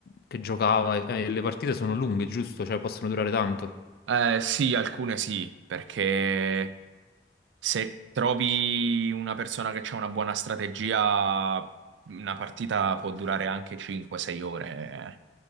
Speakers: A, on the left; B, on the right.
A: che giocava e e le partite sono lunghe, giusto? Cioè possono durare tanto.
B: Eh, sì, alcune sì, perché. Se trovi una persona che ha una buona strategia, una partita può durare anche 5-6 ore.